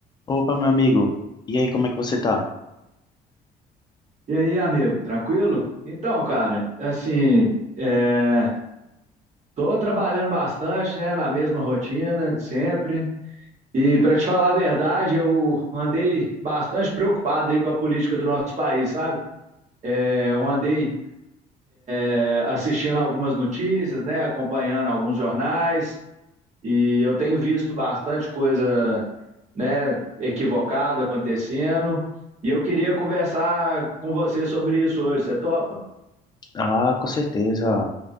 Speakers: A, on the left; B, on the right.
A: Opa, meu amigo. E aí, como é que você tá?
B: E aí, amigo, tranquilo? Então, cara, assim, é, tô trabalhando bastante, né, na mesma rotina de sempre. E para te falar a verdade, eu andei bastante preocupado aí com a política do nosso país, sabe? É, Eu andei é, assistindo algumas notícias, né, acompanhando alguns jornais, e eu tenho visto bastante coisa, né, equivocada acontecendo. E eu queria conversar com você sobre isso hoje, você topa?
A: Ah, com certeza.